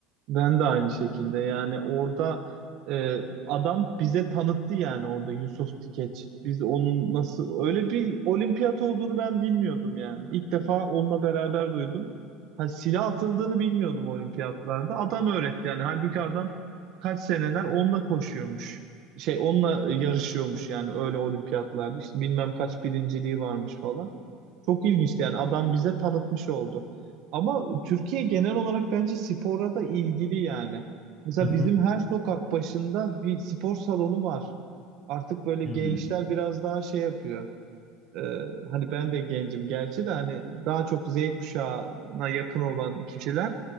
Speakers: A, on the right; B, on the left.
A: Ben de aynı şekilde yani orada e, adam bize tanıttı yani orada Yusuf Tikeç. Biz onun nasıl öyle bir olimpiyat olduğunu ben bilmiyordum yani. İlk defa onunla beraber duydum. Ha, silah atıldığını bilmiyordum olimpiyatlarda. Adam öğretti yani. Halbuki adam kaç seneler onunla koşuyormuş. Şey onunla yarışıyormuş yani öyle olimpiyatlarda. İşte bilmem kaç birinciliği varmış falan. Çok ilginçti yani adam bize tanıtmış oldu. Ama Türkiye genel olarak bence spora da ilgili yani. Mesela
B: Hı hı.
A: bizim her sokak başında bir spor salonu var. Artık böyle gençler
B: Hı.
A: biraz daha şey yapıyor. Ee, hani ben de gencim gerçi de hani daha çok Z kuşağına yakın olan kişiler